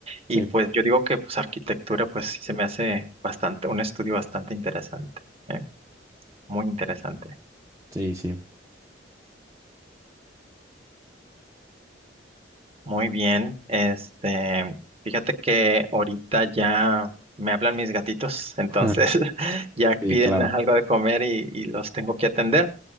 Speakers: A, on the right; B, on the right.
A: Y,
B: Sí,
A: pues, yo digo que, pues, arquitectura, pues, sí se me hace bastante, un estudio bastante interesante, ¿eh? Muy interesante.
B: sí, sí.
A: Muy bien, este, fíjate que ahorita ya me hablan mis gatitos, entonces
B: <laughs>
A: <laughs> ya
B: Sí,
A: piden
B: claro.
A: algo de comer y, y los tengo que atender.